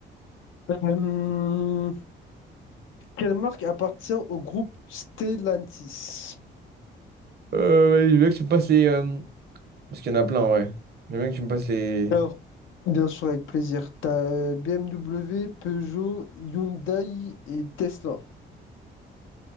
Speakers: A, on the left; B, on the right.
A: Euh, Quelle marque appartient au groupe Stellantis?
B: Euh, ouais, je veux bien que tu me passes les... euh, Parce qu'il y en a plein, ouais. Je veux bien que tu me passes les...
A: Alors, bien sûr, avec plaisir. Tu as BMW, Peugeot, Hyundai et Tesla.